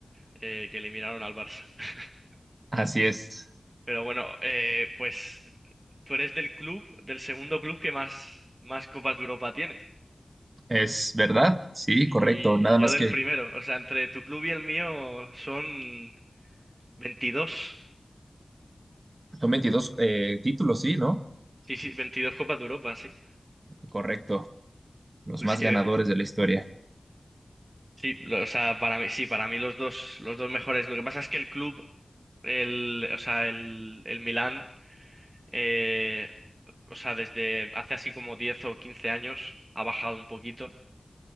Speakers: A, on the right (about 35°); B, on the right (about 50°).
A: eh, que eliminaron al Barça. <laughs>
B: así es.
A: Pero bueno, eh, pues tú eres del club, del segundo club que más, más Copas de Europa tiene.
B: Es verdad, sí,
A: Y,
B: correcto.
A: y-
B: Nada
A: y yo
B: más
A: del
B: que
A: primero. O sea, entre tu club y el mío son veintidós
B: son 22 eh, títulos, sí, ¿no?
A: Sí, sí, veintidós Copas de Europa, sí.
B: Correcto, los
A: Pues
B: más
A: que,
B: ganadores de la historia.
A: sí, lo- o sea, para mí, sí, para mí los dos, los dos mejores. Lo que pasa es que el club, el, o sea, el, el Milán, eh, o sea, desde hace así como 10 o 15 años ha bajado un poquito.